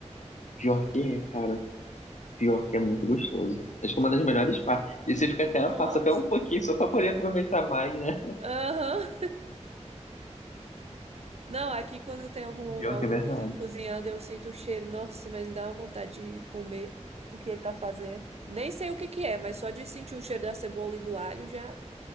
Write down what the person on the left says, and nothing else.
Pior que é, cara. Pior que é muito gostoso. Acho que é uma das melhores partes. E você fica até,
passa até um pouquinho só pra poder aproveitar mais, né?
Pior
que é verdade.